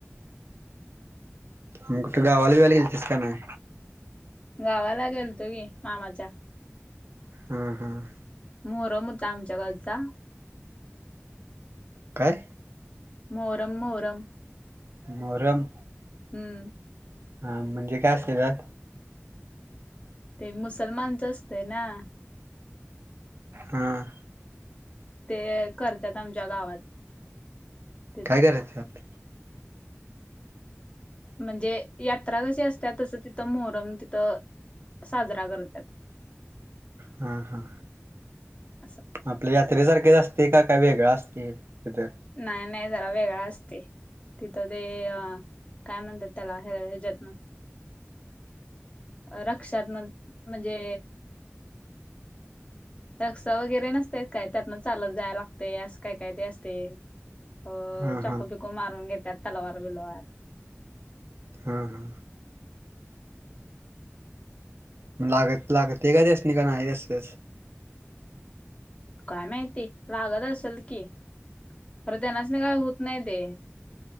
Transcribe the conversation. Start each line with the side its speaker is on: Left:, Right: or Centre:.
Right: म कुठ गावाला बिवाला गेलतीस काय नाही?
Left: गावाला गेलतो की मामाच्या.
Right: हम्म, हम्म.
Left: मोहरम होता आमच्या गावचा.
Right: काय?
Left: मोहरम, मोहरम.
Right: मोहरम.
Left: हम्म.
Right: हा म्हणजे काय असतय त्यात.
Left: ते मुसलमानच असतय ना.
Right: हम्म.
Left: ते करतात आमच्या गावात. तिथं
Right: काय करायच आप
Left: म्हणजे यात्रा कशी असतात तसं तिथं मोहरम तिथं साजरा करत्यात.
Right: हा हा.
Left: असं
Right: आपल्या यात्रेसारखेच असते का काही वेगळा असते तिथ
Left: नाही नाही जरा वेगळा असतय. तिथं ते अ काय म्हणतात त्याला हे हच्यातन रक्षात्म म्हणजे
Right: <inaudible>
Left: रक्ष वगैरे नसत काय त्यातन चालत जायला लागतय असं काय काय ते असते. अ
Right: हा
Left: चाकू
Right: हा
Left: पिकू मारून घेतात तलवार बीलवार
Right: हम् हम्. लागत लागत आहे का त्यास नाही का नाही जासतस
Left: काय माहिती लागत असेल की अरे त्यांनाच नाही काय होत नाही ते.